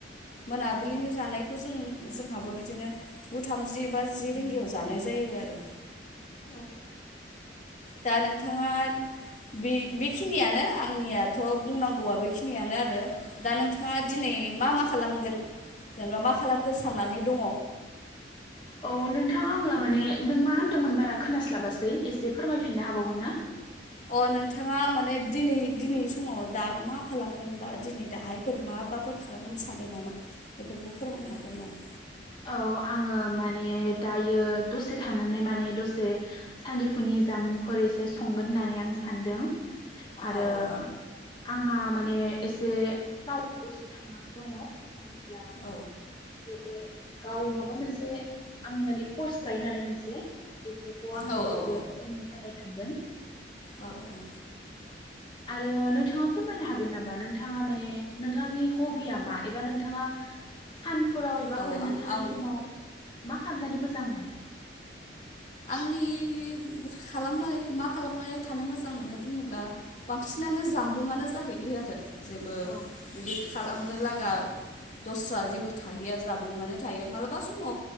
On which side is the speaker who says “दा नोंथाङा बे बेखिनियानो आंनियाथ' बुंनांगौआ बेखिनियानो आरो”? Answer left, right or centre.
Left